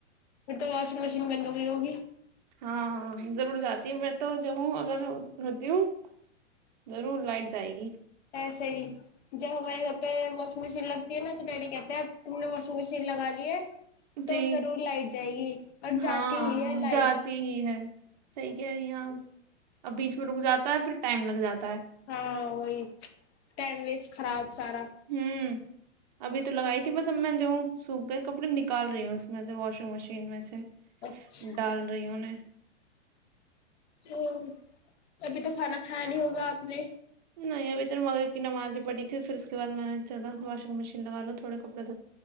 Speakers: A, on the left; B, on the right.
A: پھر تو واشنگ مش ج من ہو گئی ہوگی
B: ہاں ہاں ضرور جی ہے میں تو جو ہوں اگر ہوتی ہوں ضرور لائٹ جائے گی
A: ایسے ہی جب ہمارے گھر پہ واشنگ مشین لگتی ہے نا تو پیٹ کہتے ہیں اب تم نے واشنگ مشین لگا لی ہے تب
B: جی
A: ضرور لائٹ جائے گی اور
B: ہاں
A: جاتی ہی ہے لائٹ
B: جاتی ہی ہے صحیح کہہ رہی یہاں اب بیچ میں رک جاتا ہے پھر ٹائم لگ جاتا ہے
A: ہاں وہی ٹائم ویسٹ خراب سارا
B: ہوں ابھی تو تو لگائی تھی بس ا میں جو سوکھ گئے کپڑے نکال رہی ہوں اس میں سے واشنگ مشین میں سے
A: اچھا
B: ڈال رہیوں نے
A: او ابھی تو کھانا کھایا نہیں ہوگا آپ نے
B: نہیں ابھی تور مگر نمازی پڑی تھی پھر اس کے بعد میں نے چلاا واشنگ مشین لگاو تھوڑے کپ